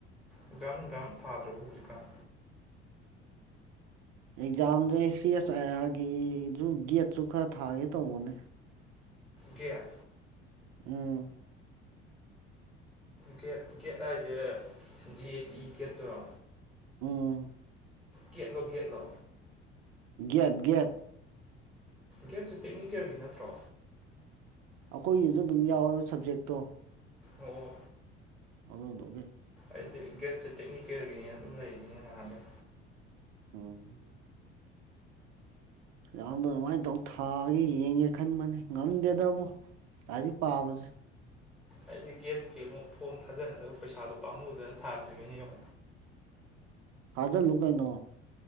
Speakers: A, in the centre; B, on the right.
A: ꯑꯦꯛꯖꯝ ꯅꯨꯡꯖꯞ ꯊꯥꯗꯔꯕꯣ ꯍꯧꯖꯤꯀꯥꯟ
B: ꯑꯦꯛꯖꯥꯝꯖꯦ ꯁꯤ ꯑꯦꯁ ꯑꯥꯏ ꯑꯥꯔꯒꯤꯖꯨ ꯒꯦꯠꯁꯨ ꯈꯔ ꯊꯥꯒꯦ ꯇꯧꯕꯅꯦ
A: ꯀꯦꯠ
B: ꯎꯝ
A: ꯒꯦꯠ ꯒꯦꯠ ꯍꯥꯏꯖꯦ ꯖꯤ ꯑꯦ ꯇꯤ ꯒꯦꯠꯇꯨꯔꯣ
B: ꯎꯝ
A: ꯀꯦꯠ ꯂꯣ ꯒꯦꯠ ꯂꯣ
B: ꯒꯦꯠ ꯒꯦꯠ
A: ꯒꯦꯠꯁꯤ ꯇꯦꯛꯅꯤꯀꯦꯜꯒꯤ ꯅꯠꯇ꯭ꯔꯣ
B: ꯑꯩꯈꯣꯏꯒꯤꯁꯨ ꯑꯗꯨꯝ ꯌꯥꯎꯋꯦꯕ ꯁꯕꯖꯦꯛꯇꯣ
A: ꯑꯣ
B: ꯑꯗꯨꯗꯣꯒꯤ
A: ꯑꯩꯗꯤ ꯒꯦꯠꯁꯦ ꯇꯦꯛꯅꯤꯀꯦꯜꯒꯤꯅꯦꯅ ꯑꯗꯨꯝ ꯂꯩꯔꯤꯅꯦ ꯅꯍꯥꯟꯒꯩ
B: ꯎꯝ ꯌꯥꯝꯗꯣ ꯑꯗꯨꯃꯥꯏꯅ ꯇꯧ ꯊꯥꯒ ꯌꯦꯡꯒꯦ ꯈꯟꯕꯅꯤ ꯉꯝꯗꯦꯗꯕꯨ ꯂꯥꯔꯤꯛ ꯄꯥꯕꯖꯦ
A: ꯑꯩꯗꯤ ꯒꯦꯠꯀꯤ ꯑꯃꯨꯛ ꯐꯣꯝ ꯊꯥꯖꯟꯒꯗꯕ ꯄꯩꯁꯥꯗꯣ ꯄꯥꯝꯃꯨꯗꯅ ꯊꯥꯗ꯭ꯔꯤꯕꯅꯤ <unintelligible>
B: ꯍꯥꯖ ꯂꯨꯀꯥꯏꯅꯣ